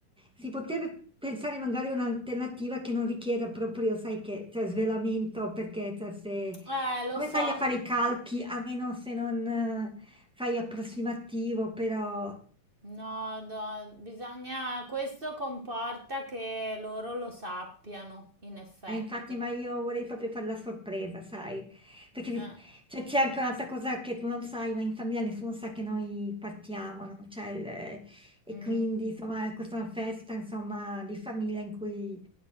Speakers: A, in the centre; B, on the right (about 75°).
A: si potrebbe pensare magari a un'alternativa che non richieda proprio, sai che c'è svelamento, perché cioè, se,
B: Eh, lo
A: come
B: so.
A: fai a fare i calchi, a meno se non eh, fai approssimativo, però...
B: No, no, bisogna, questo comporta che loro lo sappiano, in effetti.
A: Eh, infatti, ma io vorrei proprio fare la sorpresa, sai? Perché di-
B: Eh,
A: cioè, c'è anche un'altra cosa che tu non sai, ma in famiglia nessuno sa che noi partiamo, no? Cioè, il- e
B: mm.
A: quindi, insomma, questa è una festa, insomma, di famiglia in cui